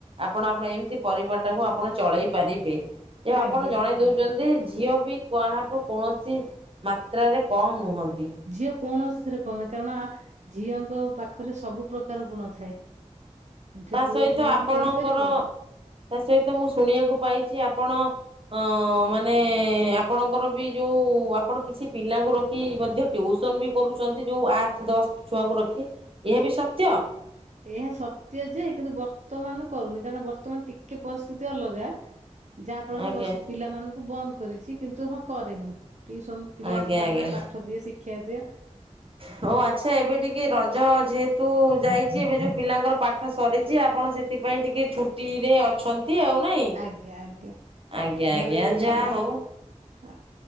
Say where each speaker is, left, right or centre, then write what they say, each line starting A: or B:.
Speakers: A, on the right; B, on the right.
A: ଆପଣ ଆପଣ ଏମିତି ପରିବାର ଟାକୁ ଆପଣ ଚଳେଇ ପାରିବେ। ଯେ
B: ଆଜ୍ଞା
A: ଆପଣ ଜଣେଇ ଦଉଚନ୍ତି ଝିଅ ବି କାହାଠୁ କୌଣସି ମାତ୍ରାରେ କମ ନୁହନ୍ତି।
B: ଝିଅ କୌଣସି ରେ କମ୍ ନୁହ କାରଣ ଝିଅଙ୍କ ପାଖରେ ସବୁ ପ୍ରକାର ଗୁଣ ଥାଏ। ସେ
A: ତା
B: ପୁଅ
A: ସହିତ
B: ଗୁଣ
A: ଆପଣଙ୍କର
B: ବି କରିପାରିବ
A: ତା ସହିତ ମୁଁ ଶୁଣିବାକୁ ପାଇଚି ଆପଣ ଅ ମାନେ ଆପଣଙ୍କର ବି ଯୋଉ ଆପଣ କିଛି ପିଲାଙ୍କୁ ର ଖୀକି ମଧ୍ୟ ଟ୍ୟୁସନ ବି କରୁଚନ୍ତି ଯୋଉ ଆଠ ଦଶ ଛୁଆଙ୍କୁ ରଖି ଏହା ବି ସତ୍ୟ?
B: ଏହା ସତ୍ୟ ଯେ କିନ୍ତୁ ବର୍ତ୍ତମାନ କରୁନି କାରଣ ବର୍ତ୍ତମାନ ଟିକେ ପରିସ୍ଥିତି ତି ଅଲଗା ଯାହା ଫଳରେ
A: ଆଜ୍ଞା
B: ବସି ପିଲାମାନଙ୍କୁ ବନ୍ଦ କରିଚି କିନ୍ତୁ ହଁ କରେ ମୁଁ। ଟିଉସନ ପିଲାଙ୍କୁ
A: ଆଜ୍ଞା
B: ପାଠ
A: ଆଜ୍ଞା।
B: ପାଠ ଦିଏ ଶିକ୍ଷା ଦିଏ
A: ହ ଆଚ୍ଛା ଏବେ ଟିକେ ରଜ ଯେହେତୁ ଯାଇଚି, ଏବେ ଯୋଉ ପିଲାଙ୍କର ପାଠ ସରିଚି ଆପଣ ସେଥିପାଇଁ ଟିକେ ଛୁଟି ରେ ଅଛନ୍ତି। ଆଉ ନାଇଁ।
B: ଆଜ୍ଞା ଆଜ୍ଞା
A: ଆଜ୍ଞା
B: ଘରେ
A: ଆଜ୍ଞା ଯାହା
B: ମା
A: ହଉ
B: ଆ